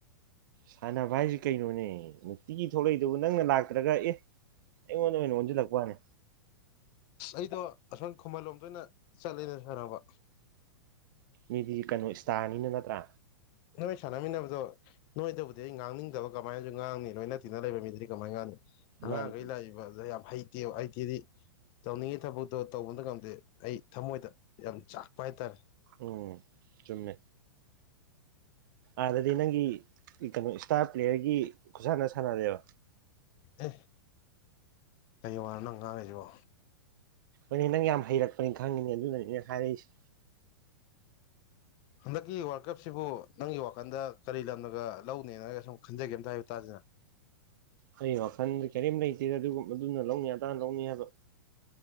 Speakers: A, on the right (about 55°); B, on the left (about 40°).
A: ꯁꯥꯟꯅꯕ ꯍꯥꯏꯁꯤ ꯀꯩꯅꯣꯅꯦ ꯅꯨꯡꯇꯤꯒꯤ ꯊꯣꯛꯂꯛꯏꯗꯨꯕꯨ ꯅꯪꯅ ꯂꯥꯛꯇ꯭ꯔꯒ ꯑꯦ꯫ ꯑꯩꯉꯣꯟꯗ ꯑꯣꯏꯅ ꯑꯣꯟꯁꯤꯜꯂꯛꯄꯅꯦ
B: ꯑꯩꯗꯣ ꯑꯁꯝ ꯈꯨꯃꯟ ꯂꯣꯝꯗ ꯑꯣꯏꯅ ꯆꯠꯂꯦꯗ ꯁꯥꯟꯅꯕ꯫
A: ꯃꯤꯗꯤ ꯀꯩꯅꯣ ꯏꯁꯇꯥꯔꯅꯤꯅ ꯅꯠꯇ꯭ꯔꯥ꯫
B: ꯅꯣꯏ ꯁꯥꯟꯅꯃꯤꯟꯅꯕꯗꯣ ꯅꯣꯏꯗꯕꯨꯗꯤ ꯑꯩ ꯉꯥꯡꯅꯤꯡꯗꯕ ꯀꯃꯥꯏꯅꯁꯨ ꯉꯥꯡꯅꯤ ꯂꯣꯏꯅ ꯇꯤꯟꯅ ꯂꯩꯕ ꯃꯤꯗꯗꯤ ꯀꯃꯥꯏ ꯉꯥꯡꯅꯤ꯫ ꯑꯉꯥꯡꯈꯩ
A: ꯃꯥꯅꯤ
B: ꯂꯥꯛꯏꯕ ꯌꯥꯝ ꯍꯩꯇꯦ ꯍꯩꯇꯦꯗꯤ ꯇꯧꯅꯤꯡꯉꯤ ꯊꯕꯛꯇꯣ ꯇꯧꯕꯗ ꯉꯝꯗꯦ ꯑꯩ ꯊꯃꯣꯏꯗ ꯌꯥꯝ ꯆꯥꯛꯄ ꯍꯥꯏꯇꯥꯔꯦ꯫
A: ꯎꯝ ꯆꯨꯝꯃꯦ ꯑꯗꯗꯤ ꯅꯪꯒꯤ ꯀꯩꯅꯣ ꯏꯁꯇꯥꯔ ꯄ꯭ꯂꯦꯌꯔꯒꯤ ꯈꯨꯁꯥꯟꯅ ꯁꯥꯟꯅꯔꯦꯕ꯫
B: ꯑꯦ ꯀꯩ ꯋꯥꯅꯣ ꯅꯪ ꯉꯥꯡꯉꯤꯁꯤꯕꯣ꯫
A: ꯍꯣꯏꯅꯦ ꯅꯪ ꯌꯥꯝ ꯍꯩꯔꯛꯄꯅꯤ ꯈꯪꯉꯤꯅꯦ ꯑꯗꯨꯅꯅꯦ ꯍꯥꯏꯔꯛꯏꯁꯦ꯫
B: ꯍꯟꯗꯛꯀꯤ ꯋꯥꯔꯜ ꯀꯞꯁꯤꯕꯨ ꯅꯪꯒꯤ ꯋꯥꯈꯜꯗ ꯀꯔꯤ ꯂꯝꯅꯒ ꯂꯧꯅꯦꯅꯒ ꯁꯨꯝ ꯈꯟꯖꯒꯦ ꯑꯝꯇ ꯍꯥꯏꯌꯨ ꯇꯥꯁꯤꯗꯅ꯫
A: ꯑꯩ ꯋꯥꯈꯟꯗꯤ ꯀꯔꯤꯝ ꯂꯩꯇꯦꯗ ꯑꯗꯨꯒꯨꯝ ꯑꯗꯨꯅ ꯂꯧꯅꯤ ꯑꯗꯥꯅ ꯂꯧꯅꯤ ꯍꯥꯏꯕ꯫